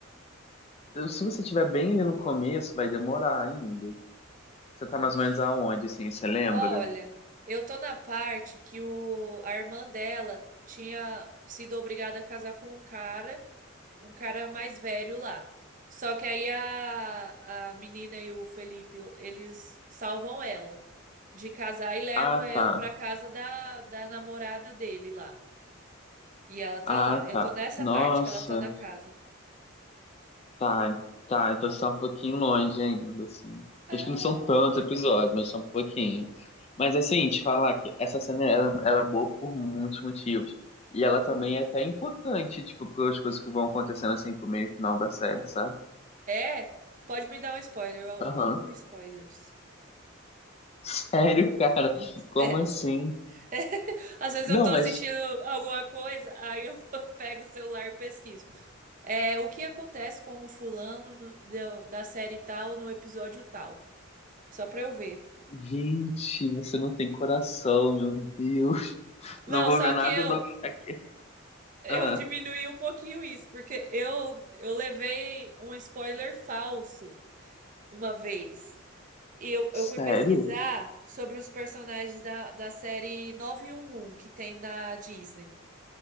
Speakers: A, on the left; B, on the right.
A: eu- se você tiver bem ali no começo, vai demorar ainda. Você tá
B: Ixi.
A: mais ou menos aonde, assim, você lembra?
B: Olha, eu tô na parte que o, a irmã dela tinha sido obrigada a casar com um cara, um cara mais velho lá. Só que aí a, a menina e o Felipe, eles salvam ela de casar e leva
A: Ah,
B: ela
A: tá.
B: pra casa da, da namorada dele lá. E ela tá
A: Ah,
B: lá.
A: tá.
B: Eu tô nessa
A: Nossa,
B: parte que ela tá na casa.
A: tá. Tá, então você tá um pouquinho longe ainda, assim.
B: Ah,
A: Acho que não são tantos episódios, mas são um pouquinho. Mas, assim, te falar que essa cena, ela, ela é boa por muitos motivos. E ela também
B: hum.
A: é até importante, tipo, para as coisas que vão acontecendo, assim, pro meio e final da série, sabe?
B: É, pode me dar um spoiler. Eu
A: Aham.
B: amo spoilers.
A: <laughs> Sério, cara?
B: <laughs>
A: Como assim?
B: <laughs> Às vezes
A: Não,
B: eu tô assistindo
A: mas
B: alguma coisa, aí eu <laughs> pego o celular e pesquiso. É, o que acontece com o fulano no- da da série tal no episódio tal? Só pra eu ver.
A: Gente, você não tem coração, meu Deus. <laughs>
B: Não,
A: Não vou
B: só
A: ver nada.
B: que eu
A: Não. Aqui,
B: eu
A: ah,
B: diminuí um pouquinho isso, porque eu eu levei um spoiler falso uma vez. E eu,
A: sério?
B: eu fui pesquisar sobre os personagens da, da série 911 que tem na Disney.